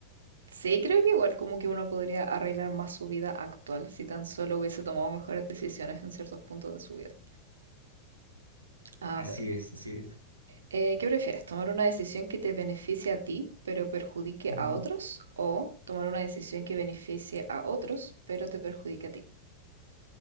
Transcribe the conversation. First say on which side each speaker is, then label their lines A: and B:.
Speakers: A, on the right; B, on the right.
A: Sí, creo que igual como que uno podría arreglar más su vida actual si tan solo hubiese tomado mejores decisiones en ciertos puntos de su vida. A
B: Así
A: ver,
B: es, así es.
A: eh, ¿qué prefieres? ¿Tomar una decisión que te beneficie a ti pero perjudique
B: Ujú.
A: a otros? ¿O tomar una decisión que beneficie a otros pero te perjudique a ti?